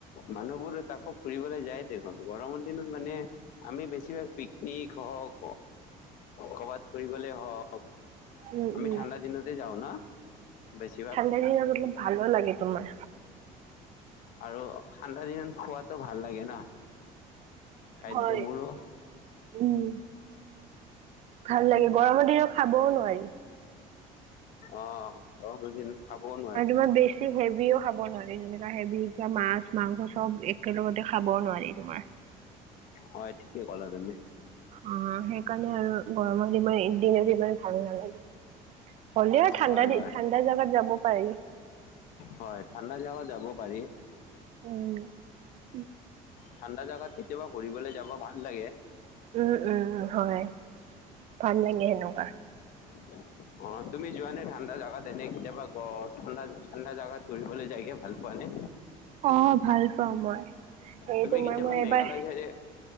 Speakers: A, on the left; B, on the right.
A: মানুহবোৰ তাকো ফুৰিবলৈ যায়। দেখোন গৰমৰ দিনত মানে আমি বেছিভাগ পিকনিক হওক, কৰবাত ফুৰিবলে হওক।
B: উম উম
A: আমি ঠাণ্ডা দিনতে যাওঁ না বেছিভাগ।
B: সেইকিতা দিনত, ভালো লাগে তোমাৰ।
A: আৰু ঠাণ্ডা দিনত খোৱাতো ভাল লাগে ন খাদ্যবোৰো।
B: হয় উম। ভাল লাগে গৰমৰ দিনত খাবও নোৱাৰি।
A: অ গৰমৰ দিনত, খাবও নোৱাৰি
B: আৰু মই বি ছি হেভিও খাব নোৱাৰি যেনেকা হেভি মাছ মাংস চব একেলগতে খাবও নোৱাৰি তোমাৰ,
A: হয় ঠিকেই ক'লা তুমি।
B: অ সেইকাৰণে আৰু গৰমত ইমান দিনত ইমান ভাল নালাগে। হ'লেও ঠাণ্ডা
A: হয় হয়
B: ঠাণ্ডা জাগাত যাব পাৰি।
A: হয় ঠাণ্ডা জাগাত যাব পাৰি।
B: উম
A: ঠাণ্ডা জাগাত কেতিয়াবা ঘুৰিবলৈ যাব ভাল লাগে।
B: উম উম হয় ভাল লাগে সেনেকুৱা।
A: <unintelligible> অ তুমি যোৱা নে ঠাণ্ডা জাগাত এনেই কেতিয়াবা গ ঠাণ্ডা ঠাণ্ডা জাগাত ঘূৰিবলৈ যায় ভাল পোৱা নে।
B: অ ভাল পাওঁ মই। সেই
A: তুমি
B: তোমাৰ
A: কেতিয়াবা
B: মই এবাৰ
A: মেঘালয় চাইডে